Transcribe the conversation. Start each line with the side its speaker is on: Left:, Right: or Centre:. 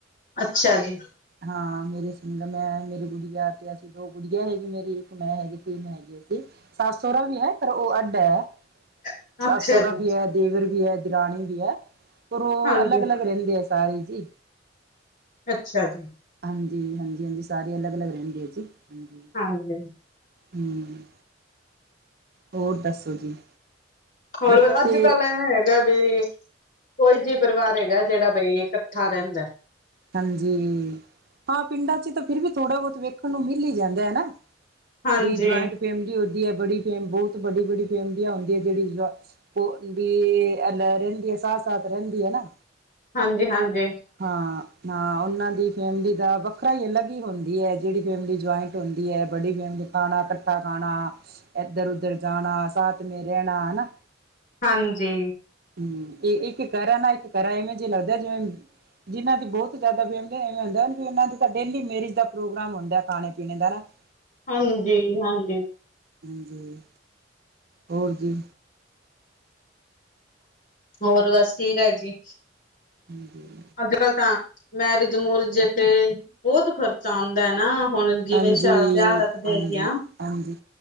Left: ਅੱਛਾ ਜੀ।
Right: ਹਾਂ, ਮੇਰੇ ਸਿੰਗਲ ਮੈਂ ਮੇਰੇ ਗੁੜੀਆਂ ਤੇ ਅਸੀਂ ਦੋ ਗੁੜੀਆਂ ਹੈਗੀ ਮੇਰੀ ਇੱਕ ਮੈਂ ਹੈਗੀ। ਤਿੰਨ ਹੈਗੀਆਂ ਸੀ, ਸੱਸ-ਸੋਂਰਾ ਵੀ ਹੈ ਪਰ ਉਹ ਅੱਡ ਹੈ
Left: ਅੱਛਾ
Right: ਸੱਸ-ਸੋਰਾ
Left: ਜੀ
Right: ਦੇਵਰ ਵੀ ਹੈ ਦਰਾਣੀ ਵੀ ਹੈ, ਪਰ ਉਹ
Left: ਹਾਂਜੀ
Right: ਅਲੱਗ-ਅਲੱਗ ਰਹਿੰਦੇਂ ਹੈ ਸਾਰੇ ਜੀ।
Left: ਅੱਛਾ ਜੀ।
Right: ਹਾਂਜੀ-ਹਾਂਜੀ-ਹਾਂਜੀ, ਸਾਰੇ ਅਲੱਗ-ਅਲੱਗ ਰਹਿੰਦੇ ਆ ਜੀ, ਹਾਂਜੀ
Left: ਹਾਂਜੀ
Right: ਹੂੰ। ਹੋਰ ਦੱਸੋ ਜੀ।
Left: ਹੋਰ
Right: ਬੱਚੇ
Left: ਅੱਜ-ਕੱਲ ਐਵੇਂ ਹੈਗਾ ਬ ਕੋਈ ਜੀ ਪਰਿਵਾਰ ਹੈਗਾ ਜਿਹੜਾ ਬਈ ਇਕੱਠਾਂ ਰਹਿੰਦਾਂ।
Right: ਹਾਂਜੀ, ਹਾਂ ਪਿੰਡਾਂ ਚ ਤਾਂ ਫ਼ਿਰ ਵੀ ਥੋੜ੍ਹਾ-ਬਹੁਤ ਵੇਖਣ ਨੂੰ ਮਿਲ ਹੀ ਜਾਂਦਾ ਹੈਨਾ।
Left: ਹਾਂਜੀ
Right: ਵੀ ਜੋਇੰਟ ਫੈਮਿਲੀ ਹੁੰਦੀਂ ਹੈ, ਬੜੀ ਬਹੁਤ ਬੜੀ--ਬੜੀ ਫੈਮਲੀ ਹੁੰਦੀਂ ਜਿਹੜੀ ਵੀ ਬਈ ਰਹਿੰਦੀ ਹੈ ਸਾਥ-ਸਾਥ ਰਹਿੰਦੀ ਹੈਨਾ।
Left: ਹਾਂਜੀ-ਹਾਂਜੀ।
Right: ਹਾਂ-ਹਾਂ ਉਹਨਾਂ ਦੀ ਫੈਮਿਲੀ ਦਾ ਵੱਖ਼ਰਾ ਹੀ ਅਲਗ ਹੀ ਹੁੰਦੀ ਹੈ ਜਿਹੜੀ ਫੈਮਿਲੀ ਜੁਇੰਟ ਹੁੰਦੀ ਹੈ, ਬੜੀ ਫੈਮਲੀ ਖਾਣਾਂ, ਇਕੱਠਾਂ ਖਾਣਾਂ। ਇੱਧਰ-ਉੱਧਰ ਜਾਣਾਂ ਸਾਥ ਮੇ ਰਹਿਣਾਂ ਹੈਨਾ।
Left: ਹਾਂਜੀ।
Right: ਹੂੰ, ਇੱਕ ਘਰ ਨਾ ਇੱਕ ਘਰਾ ਇਵੇਂ ਜਿਹਾ ਲੱਗਦਾ ਜਿਵੇਂ ਜਿਨ੍ਹਾਂ ਦੀ ਬਹੁਤ ਜ਼ਿਆਦਾ ਫੈਮਿਲੀ ਇਵੇ ਹੁੰਦਾ ਇਹਨਾਂ ਦੇ ਤਾਂ ਡੇਲੀ ਮੇਰਿਜ ਦਾ ਪ੍ਰੋਗਰਾਮ ਹੁੰਦਾ ਖਾਂਣੇ-ਪੀਣੇ ਦਾ ਨਾ। <inaudible>
Left: ਹਾਂਜੀ-ਹਾਂਜੀ।
Right: ਹਾਂਜੀ, ਹੋਰ ਜੀ।
Left: ਹੋਰ ਬਸ ਠੀਕ ਹੈਜੀ।
Right: ਹਾਂਜੀ।
Left: ਅੱਜ-ਕੱਲ੍ਹ ਤਾਂ ਮੈਰਿਜ਼-ਮੂਰਜੇ ਤੇ ਬਹੁਤ ਖ਼ਰਚਾ ਆਉਂਦਾ ਹੈਨਾ ਹੁਣ ਜਿਵੇਂ
Right: ਹਾਂਜੀ-ਹਾਂਜੀ-ਹਾਂਜੀ।
Left: ਵਿਆਹ ਰੱਖਦੇ ਹੈਗੇ ਆ